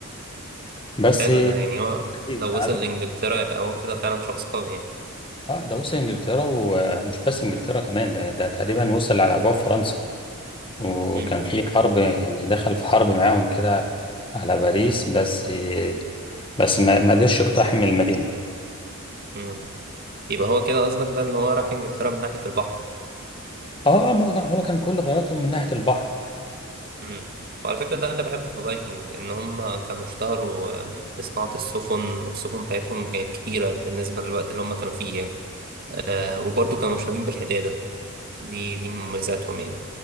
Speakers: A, on the left; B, on the right.
A: بس
B: حلو ده يعني هو
A: لذيذ
B: لو
A: عايز
B: وصل لإنجلترا يبقى هو كده فعلا شخص قوي يعني
A: اه ده وصل انجلترا ومش بس انجلترا كمان ده, ده تقريبا وصل على ابواب فرنسا وكان
B: مم.
A: في حرب يعني دخل في حرب معاهم كده على باريس بس بس ما ما قدرش يقتحم المدينه
B: مم. يبقى هو كده قصدك بقى إن هو راح إنجلترا من ناحية البحر
A: اه آه، ما هو كان هو كان كل غرضهم من ناحيه البحر
B: مم. وعلى فكرة ده اللي بحبه في الفايكنج إن هم كانوا اشتهروا آه، بصناعة السفن والسفن بتاعتهم كانت كبيرة بالنسبة للوقت اللي هم كانوا فيه يعني آه، وبرضه كانوا مشهورين بالحدادة دي دي من مميزاتهم يعني